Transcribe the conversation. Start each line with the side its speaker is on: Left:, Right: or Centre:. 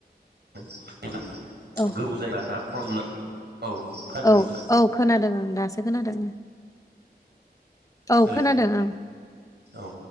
Right: <unintelligible>
Left: औ
Right: खोनादों
Left: औ
Right: नोंथां
Left: औ खोनादों आं दासो खोनादों औ
Right: हेल'
Left: खोनादों आं
Right: औ